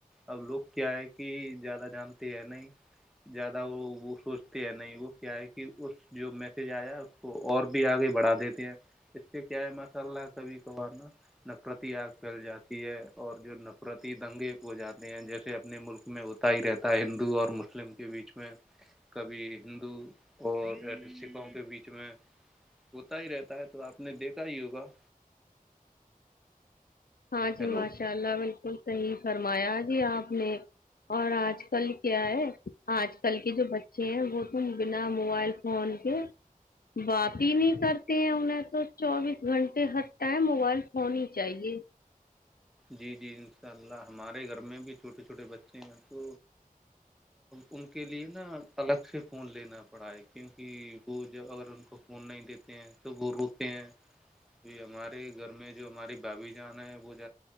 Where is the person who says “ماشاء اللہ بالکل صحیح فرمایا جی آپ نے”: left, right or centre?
Left